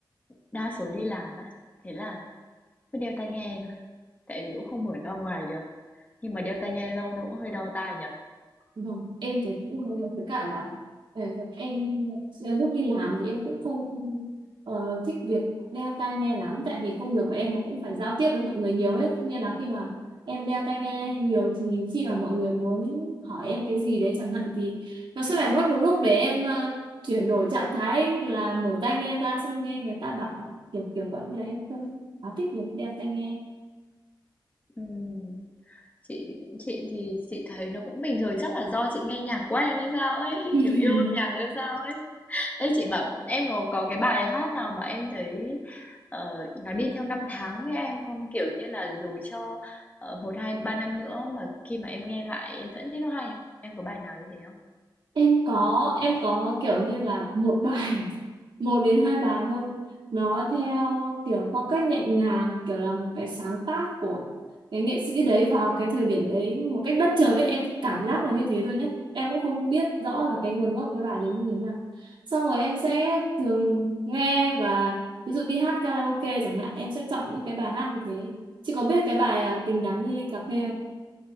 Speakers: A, on the left (about 20°); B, on the right (about 75°).
A: đa số đi làm á, thế là cứ đeo tai nghe thôi, tại vì cũng không mở ra ngoài được. Nhưng mà đeo tai nghe lâu nó cũng hơi đau tai nhở.
B: Vâng, em thì cũng hơi với cả là ờ, em ờ, lúc đi làm thì em cũng không ờ, thích việc đeo tai nghe lắm tại vì công việc của em nó cũng phải giao tiếp với mọi người nhiều hết nên là khi mà em đeo tai nghe nhiều thì khi mà mọi người muốn hỏi em cái gì đấy chẳng hạn thì nó sẽ phải mất một lúc để em ờ, chuyển đổi trạng thái là mở tai nghe ra xong nghe người ta bảo kiểu kiểu vậy nên là em không quá thích việc đeo tai nghe
A: Ừm, chị chị thì chị thấy nó cũng bình thường chắc là do chị nghe nhạc quen hay sao ấy,
B: <laughs>
A: <laughs> kiểu yêu âm nhạc hay sao ấy. Ê chị bảo em có, có cái bài hát nào mà em thấy ờ, nó đi theo năm tháng với em không? Kiểu như là dù cho uh, một hai ba năm nữa mà khi mà em nghe lại em vẫn thấy nó hay không? Em có bài nào như thế không?
B: em có em có kiểu như là một bài một đến hai bài thôi nó theo kiểu phong cách nhẹ nhàng kiểu là một cái sáng tác của cái nghệ sĩ đấy vào cái thời điểm đấy một cách bất chợt đấy em cảm giác là như thế thôi nhé em cũng không biết rõ là cái nguồn gốc cái bài đấy như thế nào xong rồi em sẽ thường nghe và ví dụ đi hát karaoke chẳng hạn em sẽ chọn những cái bài hát như thế chị có biết cái bài à, tình đắng như ly cà phê không